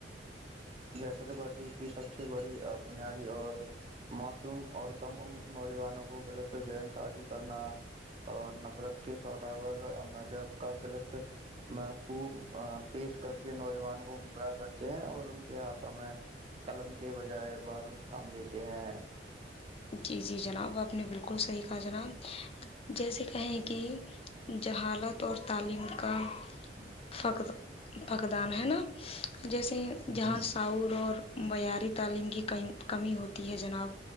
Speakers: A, on the right; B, on the left.
A: جیسا تو کرتی کہ سب سے بڑی اب بنیادی اور معوصوم اور کم عمر نوجوانوں کو غلط چین سازی کرنا اور نفرت کے سوداگر مذہب کا غلط محفوظ پیش کر کے نوجوانوں کو گمراہ کرتے ہیں اور ان کے ہاتھوں میں قلم کے بجائے بارو تھام دیتے ہیں
B: جی جی جناب آپ نے بالکل صحی کہا جناب جیسے کہیں کہ جہالت اور تعلیم کا فقت فکر مق دان ہے نا جیسے جہاں
A: جی
B: ساعور اور معیاری تعلیم کی کمی ہوتی ہے جناب